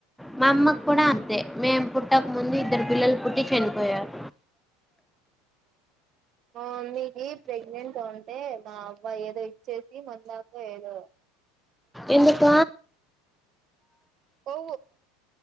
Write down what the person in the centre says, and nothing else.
మా అమ్మక్ కూడాడా అంతే మేము పుట్టక ముందు ఇద్దరు పిల్లలు పుట్టు చనిపోయారు
ఎందుక